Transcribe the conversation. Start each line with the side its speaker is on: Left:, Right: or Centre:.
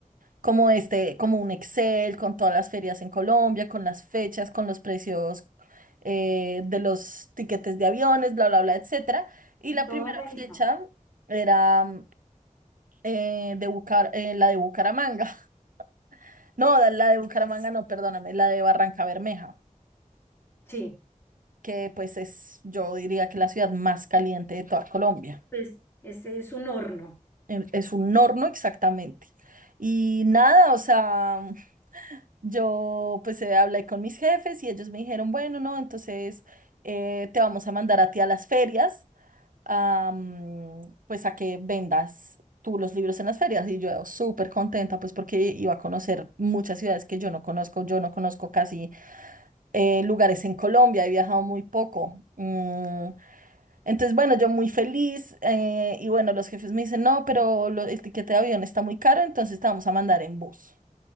Right: como este, como un Excel con todas las ferias en Colombia, con las fechas, con los precios eh, de los tiquetes de aviones, bla, bla, bla, etcétera. Y
Left: Y
Right: la
Left: todo
Right: primera
Left: organizado.
Right: fecha era eh, de Bucar- eh, la de Bucaramanga. <laughs> No, da- la de Bucaramanga no, perdóname, la de Barranca Bermeja,
Left: sí,
Right: que pues es, yo diría que la ciudad más caliente de toda Colombia.
Left: pues ese es un horno.
Right: En- Es un horno exactamente. Y nada, o sea, Yo pues eh, hablé con mis jefes y ellos me dijeron, bueno, no, entonces eh, te vamos a mandar a ti a las ferias, a, mm, pues a que vendas tú los libros en las ferias. Y yo súper contenta pues porque iba a conocer muchas ciudades que yo no conozco, yo no conozco casi eh, lugares en Colombia, he viajado muy poco. Mm, entonces bueno, yo muy feliz eh, y bueno, los jefes me dicen, no, pero lo- el tiquete de avión está muy caro, entonces te vamos a mandar en bus.